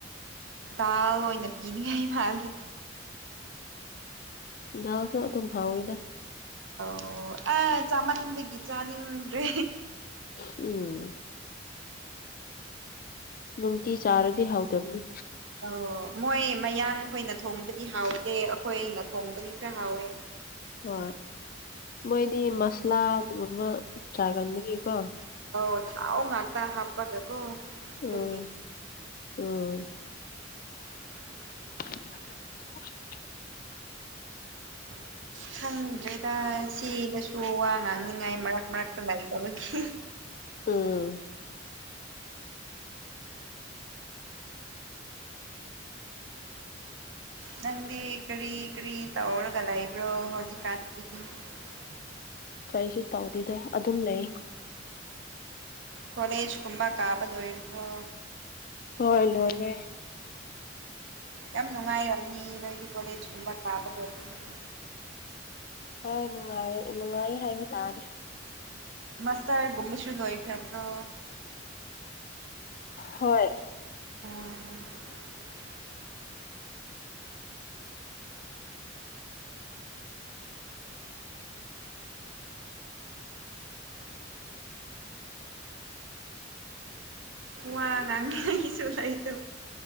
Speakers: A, on the right (about 70°); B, on the left (about 45°).
A: ꯗꯥꯜ ꯑꯣꯏꯅ ꯄꯤꯅꯤꯡꯉꯥꯏ ꯃꯥꯜꯦ
B: ꯑꯣ ꯜꯁꯨ ꯑꯗꯨꯝ ꯍꯥꯎꯋꯤꯗ
A: ꯑꯣ ꯑ ꯆꯥꯃꯟꯗꯒꯤ ꯆꯥꯅꯤꯡꯗ꯭ꯔꯦ
B: ꯎꯝ ꯅꯨꯡꯇꯤ ꯆꯥꯔꯗꯤ ꯍꯥꯎꯗꯕꯅꯤ
A: ꯑꯣ ꯃꯣꯏ ꯃꯌꯥꯡꯈꯣꯏꯅ ꯊꯣꯡꯕꯗꯤ ꯍꯥꯎꯗꯦ ꯑꯩꯈꯣꯏꯅ ꯊꯣꯡꯕꯗꯤ ꯈꯔ ꯍꯥꯎꯋꯦ
B: ꯍꯣꯏ ꯃꯣꯏꯗꯤ ꯃꯁꯂꯥꯒꯨꯝꯕ ꯆꯥꯒꯟꯕꯒꯤꯀꯣ
A: ꯑꯣ ꯊꯥꯎ ꯉꯥꯛꯇ ꯍꯥꯞꯄꯒ ꯀꯣ
B: ꯎꯝ
A: ꯑꯗꯨꯦ
B: ꯎꯝ
A: <unintelligible>
B: <unintelligible>
A: <unintelligible> ꯈꯪꯗ꯭ꯔꯦꯗ ꯁꯤꯗꯁꯨ ꯋꯥ ꯉꯥꯡꯅꯤꯡꯉꯥꯏ ꯃꯔꯛ ꯃꯔꯛꯇ ꯂꯩꯇꯕꯒꯤ
B: ꯎꯝ
A: ꯅꯪꯗꯤ ꯀꯔꯤ ꯀꯔꯤ ꯇꯧꯔꯒ ꯂꯩꯕ꯭ꯔꯣ ꯍꯧꯖꯤꯛꯀꯥꯟꯒꯤ <unintelligible>
B: ꯀꯔꯤꯁꯨ ꯇꯧꯗꯗ ꯑꯗꯨꯝ ꯂꯩ
A: ꯀꯂꯦꯖ ꯀꯨꯝꯕꯥ ꯀꯥꯕꯗ ꯑꯣꯏ꯭ꯔꯣ
B: ꯍꯣꯏ ꯂꯔꯒ
A: ꯌꯥꯝ ꯅꯨꯡꯉꯥꯏꯔꯝꯅꯤ ꯅꯣꯏꯗꯤ ꯀꯣꯂꯦꯖ ꯀꯨꯝꯕ ꯀꯥꯕ ꯂꯣꯏꯕꯅꯤꯅ
B: ꯍꯣꯏ ꯅꯨꯡꯉꯥꯏ ꯅꯨꯡꯉꯥꯏ ꯍꯥꯏꯕ ꯇꯥꯔꯦ
A: ꯃꯁꯇ꯭ꯔ ꯒꯨꯝꯕꯁꯨꯨ ꯂꯣꯏꯈ꯭ꯔꯥꯕ꯭ꯔꯣ
B: ꯍꯣꯏ
A: ꯑꯣ ꯋꯥ ꯉꯥꯡ ꯍꯥꯏꯁꯨꯂꯥꯏꯕ